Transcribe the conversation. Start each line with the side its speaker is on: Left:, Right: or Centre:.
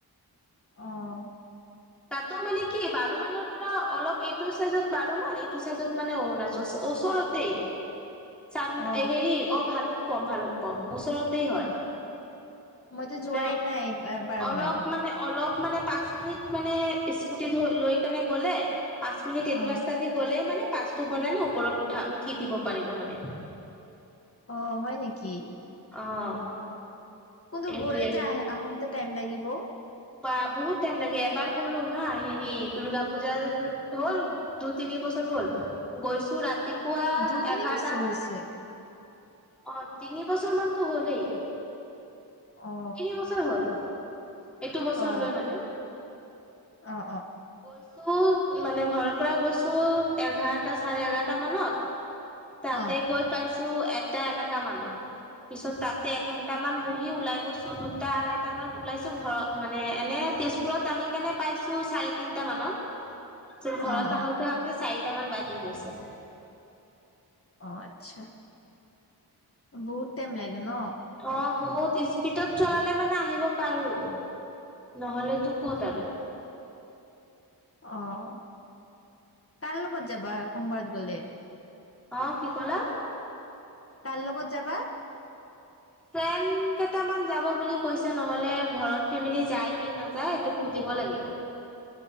Left: অ'
Centre: তাতো মানে কি বাৰ মাইলৰ পৰা অলপ এইটো চাইজত বাৰ মাইল এইটো চাইজত মানে অৰুণাচল ওচৰতেই চাম
Left: অ
Centre: হেৰি অ ভালুকপুং ভালুকপুং কম ওচৰতেই হয়
Left: মইতো
Centre: মানে
Left: যোৱাই নাই বাৰ
Centre: অলপ
Left: মাইল
Centre: মানে অলপ মানে পাঁচ মিনিট মানে স্কুটি লৈ কেনে গলে পাঁচ মিনিট এইটো
Left: অ
Centre: ৰাস্তা দি গলেই মানে পাচটো বনালে ওপৰত উঠা উঠি দিব পাৰিব মানে
Left: অ হয় নেকি
Centre: অ'
Left: কিন্তু
Centre: এইটোৱে
Left: গ'লে যে আহতে টাইম লাগিব
Centre: বা বহুত টাইম লাগে এবাৰ গ'লো হা হেৰি দূৰ্গা পূজাৰ হ'ল দুই তিনি বছৰ হ'ল গৈছো ৰাতিপুৱা
Left: দুই তিনি
Centre: এঘাৰটা
Left: বছৰ হৈছে।
Centre: অ' তিনি বছৰ মানতো হলেই
Left: অ
Centre: তিনি বছৰ হ'ল এইটো বছৰ
Left: অ
Centre: লৈ মানে
Left: অ' অ'
Centre: গৈছো মানে ঘৰৰ পৰা গৈছো এঘাৰটা চাৰে এঘাৰটা মানত তাতে
Left: অ
Centre: গৈ পাইছো এটা এনেকা মানত পিছত তাতে এঘন্টা মান বহি ওলাই গৈছো দুটা আঢ়টা মানত ওলাইছো ঘৰত মানে এনে তেজপুৰত আহি কেনে পাইছো চাৰি তিনটা মানত পিছত
Left: অ',
Centre: ঘৰত
Left: অ',
Centre: আহোতে আহোতে চাৰিট মান বাজি গৈছে
Left: অ' আচ্ছা বহুত টাইম লাগে ন
Centre: অ' বহুত স্পীডত চলালে মানে আহিব পাৰো নহলে তো ক'ত আৰু
Left: অ' কাৰ লগত যাবা সোমবাৰত গলে
Centre: অ' কি ক'লা
Left: কাৰ লগত যাবা?
Centre: ফ্ৰেণ্ড কেইটামান যাব বুলি কৈছে নহ'লে, ঘৰত ফেমিলি যায় কি নাযায় সেইটো সুধিব লাগিব।